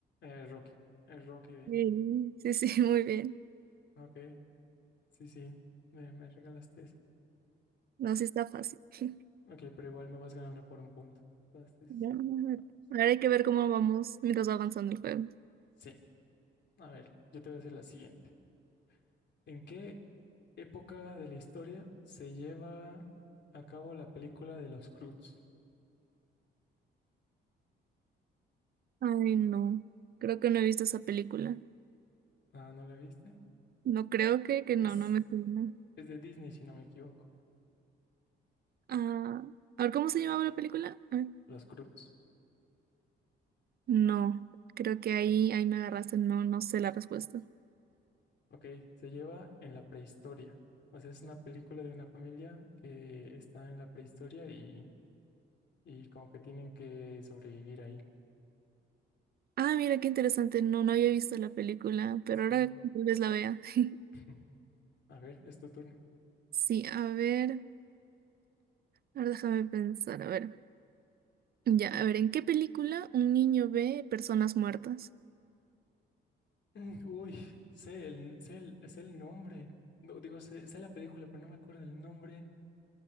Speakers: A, on the left (about 60°); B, on the right (about 50°).
A: Es Rocky. Es Rocky, de hecho.
B: Sí, sí, sí, <laughs> muy bien.
A: Ok. Sí, sí, me, me regalaste eso.
B: No, sí está fácil. <laughs>
A: Ok, pero igual me vas ganando por un punto. Entonces,
B: Ya, a ver,
A: vamos.
B: Ahora hay que ver cómo vamos mientras va avanzando el juego.
A: Sí, a ver, yo te voy a hacer la siguiente. ¿En qué época de la historia se lleva a cabo la película de los Croods?
B: Ay, no. Creo que no he visto esa película.
A: Ah, ¿no la viste?
B: No creo que, que no,
A: Es,
B: no me suena.
A: es de Disney, si no me equivoco.
B: Ah, a ver, ¿cómo se llamaba la película? A ver.
A: Los Croods.
B: No, creo que ahí, ahí me agarraste, no, no sé la respuesta.
A: Ok, se lleva en la prehistoria. O sea, es una película de una familia que está en la prehistoria y, y como que tienen que sobrevivir ahí.
B: Ah, mira, qué interesante, no, no había visto la película, pero
A: Sí.
B: ahora tal vez la vea. <laughs>
A: <laughs> A ver, es tu turno.
B: Sí, a ver, ahora déjame pensar, a ver. Ya, a ver, ¿en qué película un niño ve personas muertas?
A: Mm, Uy, sé el, sé el, sé el nombre. No, digo, sé, sé la película, pero no me acuerdo el nombre.